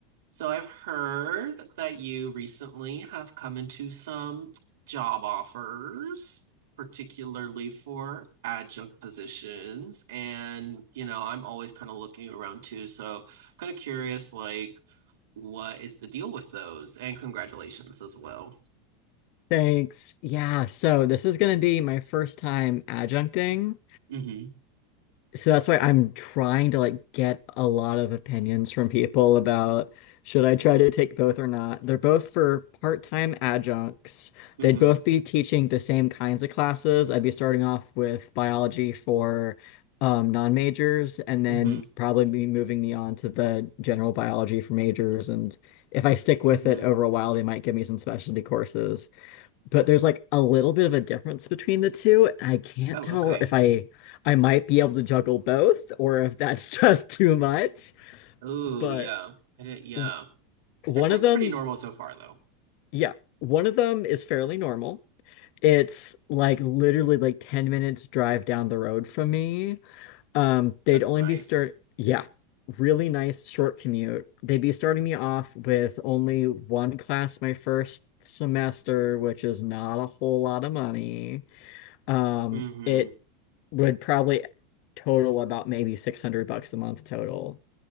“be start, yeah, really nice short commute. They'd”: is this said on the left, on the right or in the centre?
Left